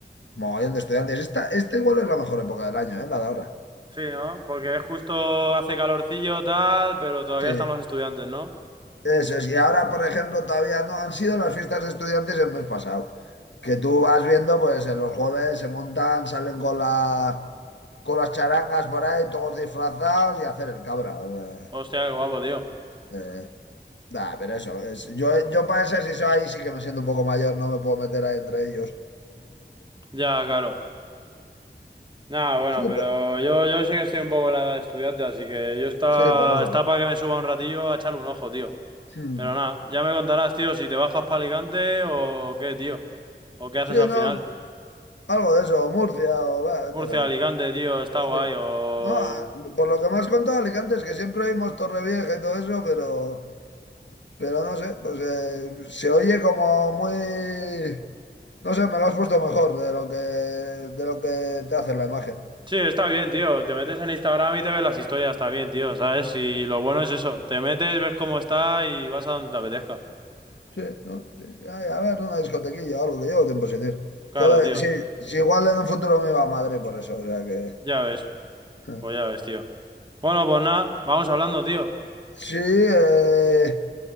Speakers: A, on the left; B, on the right.
A: mogollón de estudiantes. Esta, esta igual es la mejor época del año, ¿eh? La de ahora.
B: Sí, ¿no? Porque justo hace calorcillo tal, pero todavía
A: Sí,
B: están los estudiantes, ¿no?
A: eso es. Y ahora, por ejemplo, todavía no han sido las fiestas de estudiantes el mes pasado. Que tú vas viendo, pues en los jueves se montan, salen con la, con las charangas por ahí, todos disfrazados y a hacer el cabra. o sea,
B: Hostia, qué guapo, tío.
A: eh, Nah, pero eso, es, yo, yo para esas, eso ahí sí que me siento un poco mayor, no me puedo meter ahí entre ellos.
B: Ya, claro. Nada, bueno,
A: Sí, pe-
B: pero yo, yo sé que estoy un poco en la edad de estudiante, así que yo está,
A: sí, por eso.
B: está para que me suba un ratillo a echarle un ojo, tío.
A: ¿eh? Hmm.
B: Pero nada, ya me contarás, tío, si te bajas para Alicante o qué, tío. O qué haces
A: Sí,
B: al
A: no,
B: final.
A: algo de eso, Murcia o va
B: Murcia,
A: vete a saber.
B: Alicante, tío, está
A: Sí.
B: guay, o...
A: No, ah, por lo que me has contado, Alicante, es que siempre oímos Torrevieja y todo eso, pero, pero no sé, pues eh, se oye como muy... No sé, me lo has puesto mejor de lo que, de lo que te hace la imagen.
B: Sí, está bien, tío. Te metes en Instagram y te ves las historias, está bien, tío, ¿sabes? Y lo bueno es eso. Te metes, ves cómo está y vas a donde te apetezca.
A: Sí, ¿no? Sí. Ay, a ver, una discotequilla o algo, que llevo tiempo sin ir.
B: Claro,
A: Joder,
B: tío.
A: sí, sí, igual en un futuro me va a Madrid por eso, o sea que...
B: Ya ves.
A: ¿eh?
B: Pues ya ves, tío. Bueno, pues nada, vamos hablando, tío.
A: Sí, eh,